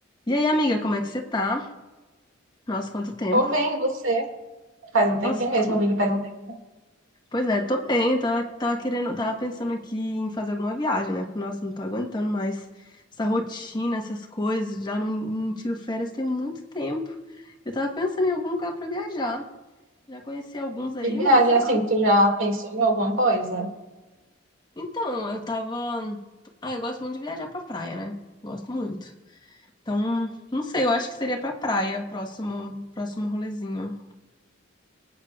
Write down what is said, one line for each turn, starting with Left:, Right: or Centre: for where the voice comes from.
Left: E aí, amiga, como é que você tá? Nossa, quanto tempo.
Right: Tô bem, você? Faz um tempinho
Left: Nossa,
Right: mesmo,
Left: tô-
Right: amiga, faz um tempo
Left: pois é, tô bem. Tava, tava querendo, tava pensando aqui em fazer alguma viagem, né? Porque, nossa, não tô aguentando mais essa rotina, essas coisas. Já não, não tiro férias tem muito tempo. Eu tava pensando em algum lugar pra viajar. Já conheci alguns aí,
Right: de viagem,
Left: mas sei
Right: assim,
Left: lá.
Right: tu já pensou em alguma coisa?
Left: Então, eu tava. Ah, eu gosto muito de viajar pra praia, né? Gosto muito. Então, não sei, eu acho que seria pra praia o próximo, próximo rolezinho.